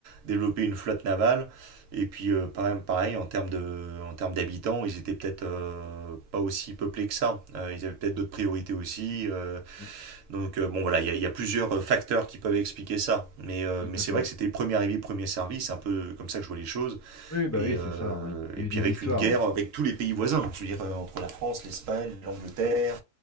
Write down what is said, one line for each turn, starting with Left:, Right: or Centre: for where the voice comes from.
Right: développer une flotte navale. Et puis euh, pareil, pareil, en termes de, en termes d'habitants, ils étaient peut-être euh, pas aussi peuplés que ça. Euh, ils avaient peut-être d'autres priorités aussi. euh,
Left: Mm.
Right: donc euh, bon voilà, il y, a- il y a plusieurs euh, facteurs qui peuvent expliquer ça. Mais, euh,
Left: Tout
Right: mais
Left: à
Right: c'est
Left: fait.
Right: vrai que c'était premier arrivé, premier servi, c'est un peu comme ça que je vois les choses.
Left: Oui, oui, bah
Right: Et,
Left: oui,
Right: euh,
Left: c'est ça. hein. Il
Right: et
Left: y
Right: puis
Left: a eu des
Right: avec
Left: histoires.
Right: une guerre
Left: hein.
Right: avec tous les pays voisins, je veux dire, euh, entre la France, l'Espagne, l'Angleterre,